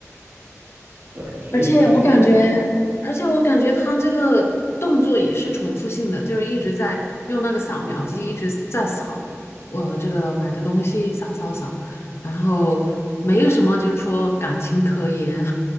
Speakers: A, on the right; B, on the left.
A: 对，所以其实。
B: 而且我感觉，而且我感觉他这个动作也是重复性的，就是一直在用那个扫描机一直在扫我这个买的东西，扫扫扫，然后没有什么就是说感情可言，